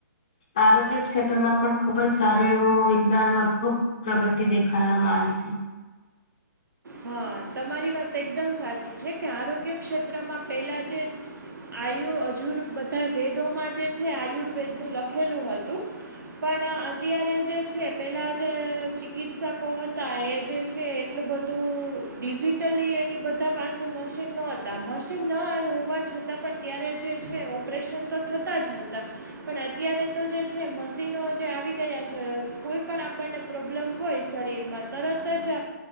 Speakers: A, on the left (about 25°); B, on the right (about 75°).
A: આરોગ્ય ક્ષેત્રમાં પણ ખુબ જ સારું એવું વિજ્ઞાન ખૂબ પ્રગતિ દેખાડા મા આવી છે.
B: હા તમારી વાત એકદમ સાચી છે કે આરોગ્ય ક્ષેત્રમાં પેલા જે આયુ અજુર બધા વેદોમાં જે છે આયુર્વેદ નું લખેલું હતું પણ અત્યારે જે છે પેલા જે ચિકિત્સકો હતા એ જે છે એટલું બધું ધું. ડિજિટલી ઈ એની બધા પાસે મશીન નો હતા મશીન ના અ હોવા છતાં પણ ત્યારે જે છે ઓપરેશન તો થતા જ હતા પણ અત્યારે તો જે છે મશીનો જે આવી ગયા છે કોઈ પણ આપણને પ્રોબ્લેમ હોય શરીરમાં તરત જ